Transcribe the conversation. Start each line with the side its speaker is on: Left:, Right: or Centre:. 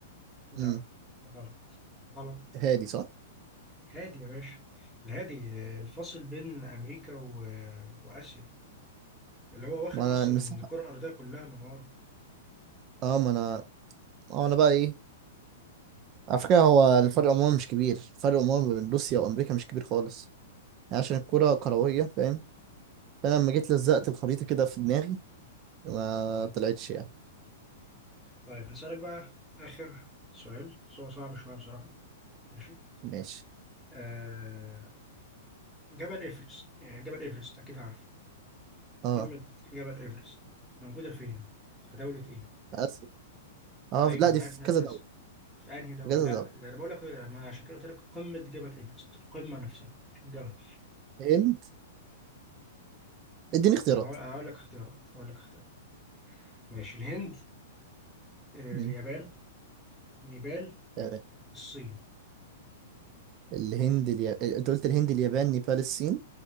Centre: لا
Right: امم
Centre: غلط غلط
Right: هادي صح
Centre: هادي يا باشا الهادي آه، الفاصل بين أمريكا و... آه، وآسيا اللي هو واخد
Right: ما انا
Centre: أصلا
Right: المساحه
Centre: الكرة الأرضية كلها من ورا
Right: اه ما انا اه انا بقى ايه على فكره هو الفرق عموما مش كبير الفرق عموما ما بين روسيا وامريكا مش كبير خالص يعني عشان الكره كرويه فاهم فانا لما جيت لزقت الخريطه كده في دماغي ما
Centre: اه
Right: طلعتش يعني
Centre: طيب هسألك بقى آخر سؤال سؤال صعب شوية بصراحة ماشي
Right: ماشي
Centre: آه... جبل إيفرست يعني جبل إيفرست أكيد عارفه
Right: اه
Centre: قمة جبل إيفرست موجودة فين؟ في دولة إيه؟
Right: اسف اه
Centre: أيوه
Right: لا دي
Centre: أنا
Right: في
Centre: عارف إنها
Right: كذا
Centre: في
Right: دوله
Centre: آسيا في أنهي دولة؟
Right: في كذا
Centre: لأ
Right: دوله
Centre: ده أنا بقول لك لا، ما أنا عشان كده قلت لك قمة جبل إيفرست القمة نفسها مش الجبل
Right: الهند اديني اختيارات
Centre: طب هقول هقول لك اختيارات هقول لك اختيارات ماشي الهند آه،
Right: مم،
Centre: اليابان نيبال
Right: تمام
Centre: الصين
Right: الهند اليا... انت قلت الهند اليابان نيبال الصين